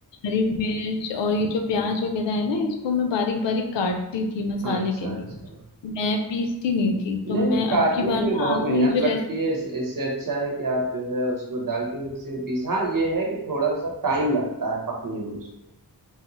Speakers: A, on the left; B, on the right.
A: हरी मिर्च और ये जो प्याज वगैरह है ना इसको मैं बारीक बारीक काटती थी मसाले
B: अच्छा
A: के लिए
B: अच्छा
A: मैं पीसती नहीं थी तो
B: नहीं
A: मैं
B: नहीं काटने
A: अब की बार
B: में
A: ना
B: बहुत
A: आपने
B: मेहनत
A: ये
B: लगती
A: जो रेसिपी
B: है इस, इससे अच्छा है कि आप जो है उसको डाल के मिक्सी में पीस हाँ ये है कि थोड़ा सा टाइम लगता है पकने में उसको